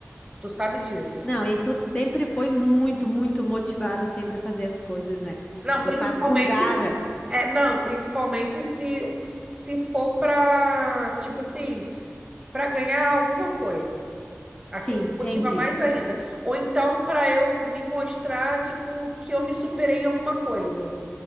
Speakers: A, on the right (about 20°); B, on the left (about 20°).
A: Tu sabe disso.
B: Não, e tu sempre foi muito, muito motivada sempre a fazer as coisas, né?
A: Não,
B: Tu
A: principalmente.
B: faz com garra.
A: É, não, principalmente se, se for pra, tipo assim. para ganhar alguma coisa.
B: Sim,
A: Aquilo me
B: entendi.
A: motiva mais ainda. Ou então para eu me mostrar, tipo, que eu me superei em alguma coisa.